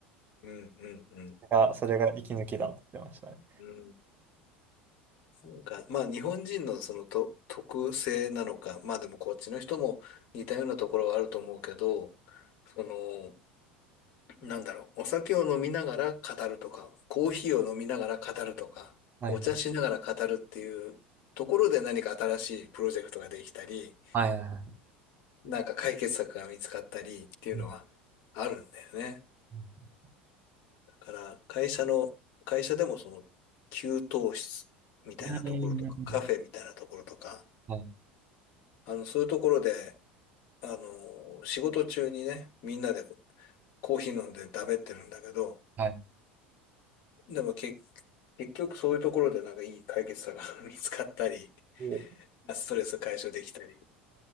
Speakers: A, on the left; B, on the right.
A: うん、うん、うん。
B: だそれが息抜きだって言ってましたね。
A: うんなんか、まあ日本人のそのと特性なのか、まあでもこっちの人も似たようなところはあると思うけど、その、なんだろう、お酒を飲みながら語るとか、コーヒーを飲みながら語るとか、
B: はい
A: お茶しながら語るっていうところで何か新しいプロジェクトができたり、
B: はいはいはいはい。
A: なんか解決策が見つかったりっていうのはあるんだよね。
B: うんう
A: だから会社の、会社でもその給湯室みたいなところとか、
B: んうんうん
A: カフェみたいなところとか、
B: はい
A: あの、そういうところで、あの、仕事中にね、みんなでコーヒー飲んでだべってるんだけど、
B: はい。
A: でも結、結局そういうところでなんかいい解決策が <laughs> 見つかったり、
B: うん
A: ストレス解消できたり、